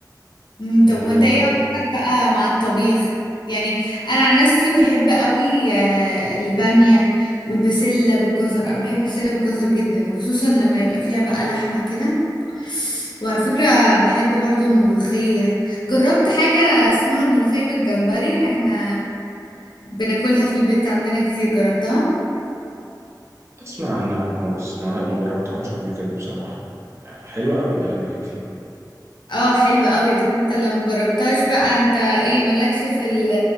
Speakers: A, on the left; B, on the right.
A: مم،
B: آه،
A: طب وانت ايه اكتر بقى مع الطبيخ يعني انا عن نفسي بحب قوي آه، البامية والبسلة بالجزر انا بحب البسلة بالجزر جدا وخصوصا لما يبقى فيها بقى لحمة كده وعلى فكرة بحب برضو الملوخية جربت حاجة اسمها الملوخية بالجمبري احنا بناكلها في البيت عندنا كتير جربتها
B: أسمع عنها أه بس ما ما جربتهاش قبل كده بصراحة حلوة ولا إيه رأيك فيها؟
A: اه حلوة قوي بس انت لو مجربتهاش بقى انت ايه مالكش في ال-